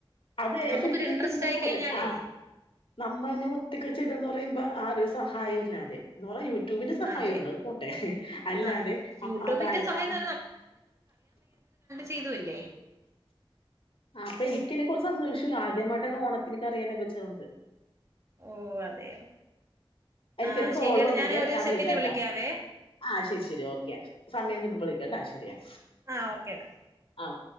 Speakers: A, on the left (about 70°); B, on the right (about 30°).
A: അത് എ
B: നമുക്കൊരു
A: സരിക്ക്
B: ഇൻട്രസ്റ്റ്
A: എനിക്ക് എന്തോ
B: ആയി
A: പോലെ
B: കഴിഞ്ഞാലേ
A: ആഹ് നമ്മന് ഓ ഒറ്റക്ക് ചെയ്തെന്ന് പറയുമ്പ ആരുടെ സഹായം ഇല്ലാതെ ന് പറയു യുടൂബിന്റെ സഹായം
B: അതെ
A: ഉണ്ട് അത് പോട്ടെ അല്ലാതെ
B: ആഹ്
A: അ
B: യൂട്യൂബിന്റെ
A: ആ താഴ്ത്ത
B: സഹായംന്ന് ചെയ്തു അല്ലേ.
A: അപ്പൊ എനിക്കെന്നെ കുറേ സന്തോഷില്ല ആദ്യമായിട്ട്ന്ന ഓണത്തിൻ കറിയെല്ലാം വെചത്തോണ്ട്
B: ഓ അതെയോ
A: എനിക്കൊരു
B: ആഹ്
A: കോള്
B: ശരിയെടാ
A: വന്നണ്ടേ
B: ഞാൻ ഒരു
A: ഞാ വിളിക്കാട്ടാ
B: സെക്കൻഡ് വിളിക്കാവേ
A: ആഹ് ശരി ശരി ഓക്കെ. സമയം കിട്ടബോ വിളിക്കട്ട ശരിയാ
B: ആഹ് ഓക്കേടാ.
A: ആ ഓക്കെ